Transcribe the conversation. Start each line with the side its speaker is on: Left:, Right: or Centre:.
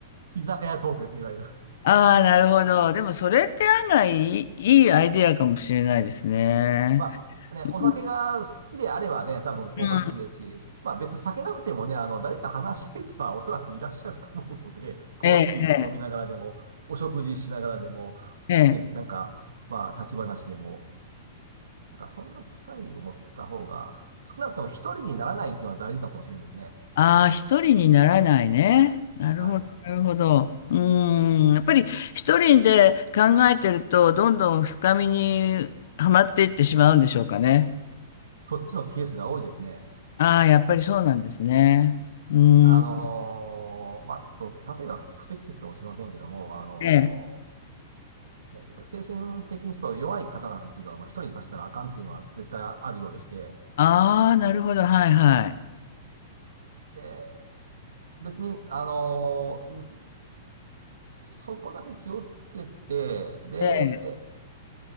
Right: 居酒屋トークですね、いわゆる。
Left: あ、なるほど。でも、それって案外いい、いいアイディアかもしれないですね。
Right: まあね、
Left: う
Right: お酒が好きであればね、多分効果的ですし、
Left: ん。
Right: まあ別に酒なくてもね、あの、誰か話し相手はおそらくいらっしゃると思うので、コーヒー飲みながらでも、
Left: ええ、え
Right: お食事しながらでも、
Left: え、
Right: ね、
Left: ええ
Right: なんか、まあ立ち話でも、なんかそんな機会を持った方が、少なくとも一人にならないというのは大事かもしれんですね。
Left: ああ、一人にならないね。なるほど、
Right: はい。
Left: なるほど。うーん、やっぱり一人で考えてると、どんどん深みにはまっていってしまうんでしょうかね。
Right: そっちのケースが多いですね。
Left: ああ、やっぱりそうなんですね。うーん。
Right: あのーまあちょっと、例えが不不適切かもしれませんけども、あのー
Left: ええ。
Right: ねやっぱ精神的にちょっと弱い方なんていうのは、もう一人にさせたらあかんっていうのは絶対あるようでして、
Left: ああ、なるほど、はいはい。
Right: で、別に、あのーそこだけ気をつけて、で、
Left: ええ。